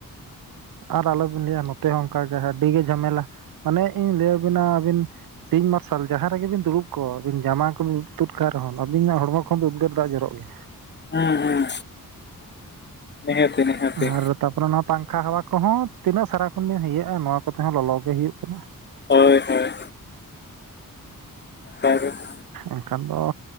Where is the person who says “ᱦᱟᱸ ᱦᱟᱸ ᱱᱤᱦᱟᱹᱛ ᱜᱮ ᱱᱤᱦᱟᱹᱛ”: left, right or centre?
Left